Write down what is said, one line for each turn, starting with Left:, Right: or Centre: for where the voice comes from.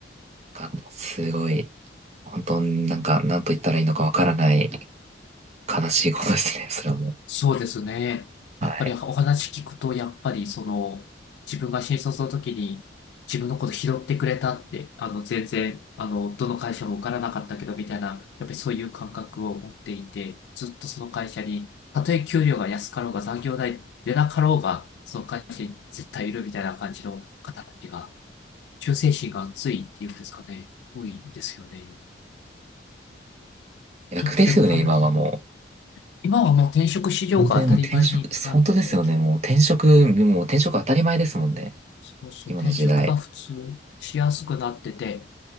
Right: がもうすごい、本当になんか、なんと言ったらいいのかわからない悲しいことですね、それはもう。
Left: そうですね。
Right: はい。
Left: やっぱりお話聞くと、やっぱりその、自分が新卒の時に自分のこと拾ってくれたって、あの、全然、あの、どの会社も受からなかったけど、みたいな、やっぱりそういう感覚を持っていて、ずっとその会社に、たとえ給料が安かろうが残業代出なかろうが、その会社に絶対いるみたいな感じの方たちが、忠誠心が熱いっていうんですかね、多いですよね。
Right: 逆ですよね、
Left: ちょっとでも話、
Right: 今はもう。
Left: 今はもう転職市場が当たり前になってて、
Right: 本当にもう転職、本当ですよね、もう転職、もう転職当たり前ですもんね。
Left: そうそう、
Right: 今の時代。
Left: 転職が普通しやすくなってて、